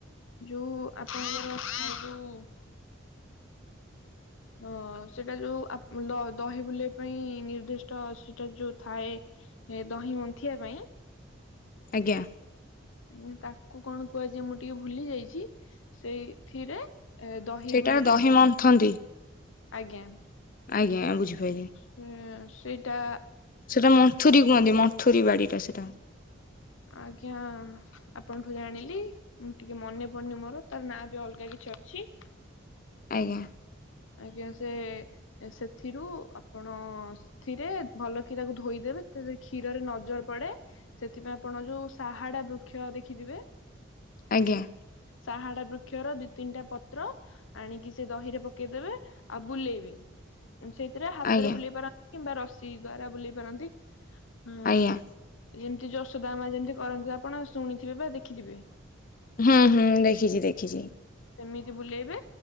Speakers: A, on the left; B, on the left.
A: ଯୋଉ ଆପଣଙ୍କର ଯୋଉ ହଁ ସେଇଟା ଯୋଉ ଆପ୍ ଦ-ଦହି ବୁଲିବା ପାଇଁ ନିର୍ଦ୍ଦିଷ୍ଟ ସେଟା ଯୋଉ ଥାଏ। ଏ ଦହି ମନ୍ଥିବା ପାଇଁ।
B: ଆଜ୍ଞା।
A: ଠି ତାକୁ କଣ କୁହାଯାଏ ମୁଁ ଟିକେ ଭୁଲି ଯାଇଚି ସେଇଥିରେ ଏ ଦହି
B: ସେଇଟାରେ
A: ବୁଲେଇଲେ
B: ଦହି ମନ୍ଥନ୍ତି
A: ଆଜ୍ଞା।
B: ଆଜ୍ଞା ବୁଝିପାଇଲି।
A: ସେ-ସେଇଟା
B: ସେଟା ମଥୁରୀ କୁହନ୍ତି ମଥୁରୀ ବାଡି ଟା ସେଟା।
A: ଆଜ୍ଞା ଆପଣଠୁ ଜାଣିଲି ମୁଁ ଟିକେ ମନେ ପଡୁନି ମୋର ତାର ନାଁ ବି ଅଲଗା କିଛି ଅ ଛି।
B: ଆଜ୍ଞା।
A: ଆଜ୍ଞା ସେ ସେଥିରୁ ଆପଣ ସେଥିରେ ଭଲ କି ତାକୁ ଧୋଇ ଦେ ରେ କ୍ଷୀରରେ ନଜର ପଡେ ସେଥିପାଇଁ ଆପଣ ଯୋଉ ସାହାଡା ବୃକ୍ଷ ଦେଖିଥିବେ
B: ଆଜ୍ଞା।
A: ସାହାଡା ବୃକ୍ଷର ଦିଇ ତିନିଟା ପତ୍ର ଆଣିକି ସେ ଦହିରେ ପକ ପକେଇଦବେ ଆଉ ବୁଲେଇବି ସେଇଥିରେ ହାତରେ
B: ଆଜ୍ଞା
A: ବୁଲେଇ ପାରନ୍ତି କିମ୍ବା ରଶ୍ ସି ଦ୍ୱାରା ବୁଲେଇ ପାରନ୍ତି ହଁ।
B: ଆଜ୍ଞା
A: ଯେମିତି ଯଶୋଦା ମା ଯେମିତି କରନ୍ତିୁ ଆପଣ ଶୁଣିଥିବେ ବା ଦେଖିଥିବେ।
B: ହୁଁ ହୁଁ ଦେଖିଚି ଦେଖିଚି।
A: ସେମିତି ବୁଲେଇବେ